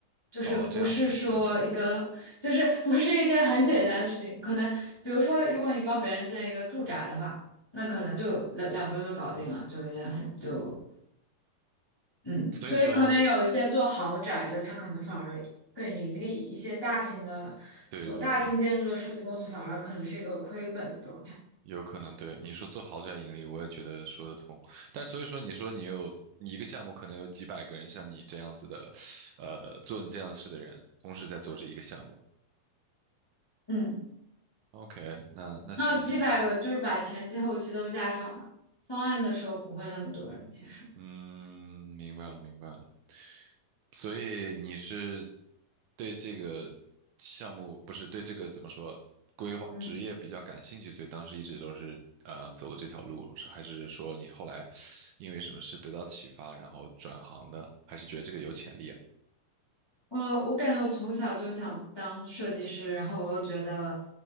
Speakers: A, on the left; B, on the right.
A: 就是不是说一个，
B: 哦，这样子，OK。
A: 就是不是一件很简单的事情。可能比如说，如果你帮别人建一个住宅的话，那可能就两两周就搞定了，就一件很就嗯，
B: 所以说，
A: 所以可能有一些做豪宅的，他可能反而更盈利；一些大型的做大型建筑的设计公司，
B: 对对对，
A: 反而可能是一个亏本的状态。
B: 有可能对你说做豪宅盈利，我也觉得说得通。但所以说，你说你有你一个项目可能有几百个人像你这样子的，呃，做你这样的事的人，同时在做这一个项目。
A: 嗯。
B: OK，那那其实竞争，
A: 那几百个，就是把前期后期都加上吧。方案的时候不会那么多人，其实。
B: 嗯，明白了明白了。所以你是对这个项目，不是对这个怎么说，规划职业比较感兴趣，
A: 嗯。
B: 所以当时一直都是呃走的这条路，是还是说你后来因为什么事得到启发，然后转行的，还是觉得这个有潜力啊？
A: 呃，我感觉我从小就想当设计师，然后我又觉得